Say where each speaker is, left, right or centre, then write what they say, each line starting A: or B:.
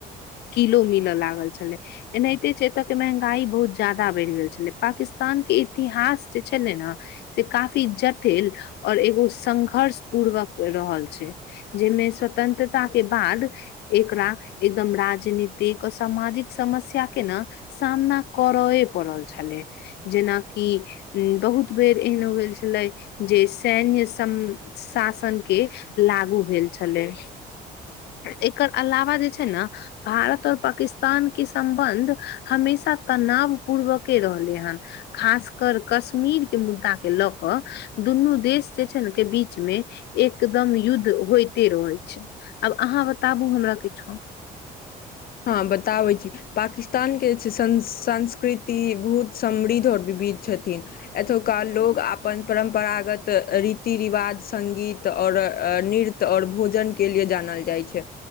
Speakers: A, on the left; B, on the left.
A: किलो मिल लागल छलै एनाहि जे छै। एतऽ के महंगाई बहुत जादा बढ़ि गेल छलै पाकिस्तान के इतिहास जे छलै ने से काफी जटिल और एगो संघर्ष पूर्वक रहल छै। जाहिमे स्वतंत्र स्वतंत्रता के बाद एकरा एकदम राजनीतिक आ सामाजिक समस्या। के ने सामना करयए पड़ल छलै जेनाकि बहुत बेर भेल छलै जे सैन्य सम शासन के लागू भेल छलै
B: ह <inaudible>
A: एकर अलावा जे छै। ने भारत और पाकिस्तान के सम्बन्ध हमेशा तनाव पूर्वके रहलै हन खास कर कश्मीर के मुद्दा के लऽ कऽ दुनू देश जे छै ने के बीच मे एकदम युद्ध होइते रहै छै। आब अहाँ बताबु हमरा किछो
B: हँ बताबै छी पाकिस्तानके जे छै। संस्कृति बहुत समृद्ध और वि बीत छथिन एतुका लोक अपन परम्परा परम्परागत रीति रिवाज संगीत और नृत्य और भोजन के लिए जानल जाइ छै।